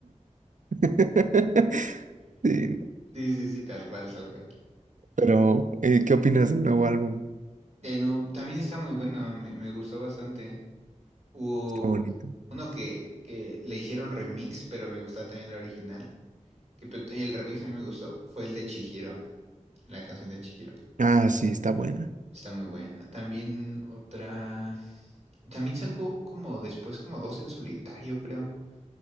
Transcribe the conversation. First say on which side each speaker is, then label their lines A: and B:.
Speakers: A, on the right; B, on the right.
A: <laughs> Sí,
B: Sí, sí, sí, tal cual, tal cual.
A: pero, eh, ¿qué opinas del nuevo álbum?
B: Eh, no, también está muy bueno, me, me gustó bastante. Hubo
A: Está bonito.
B: uno que, que le hicieron remix, pero me gustaba también la original. Que, pe- el remix a mí me gustó, fue el de Chihiro, la canción de Chihiro.
A: Ah, sí, está buena.
B: Está muy buena. También otra... También sacó como después como dos en solitario, creo.